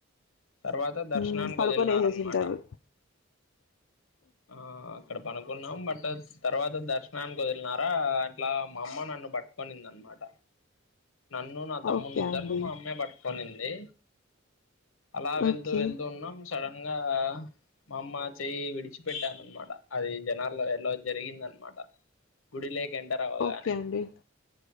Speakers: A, on the left (about 85°); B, on the left (about 65°).
A: తర్వాత దర్శనానికి
B: మ్, పడుకొని
A: వదిలినారన్మాట
B: వేసేసింటారు
A: ఆ అక్కడ పనుకున్నాం బట్ తర్వాత దర్శనానికి వదిలినారా అట్లా మా అమ్మ నన్ను పట్టుకునింది అన్మాట నన్ను నా తమ్ముని
B: ఓకే
A: నిద్దరును
B: అండి
A: మా అమ్మే పట్టుకునింది అలా వెళ్తూ
B: ఓకే
A: వెళ్తూ ఉన్నాం సడన్ గా మా అమ్మ చెయ్యి విడిచిపెట్టానన్మాట అది జనాల్లో ఎలో జరిగిందన్మాట గుడిలేేకెండరావగానే
B: ఓకే అండి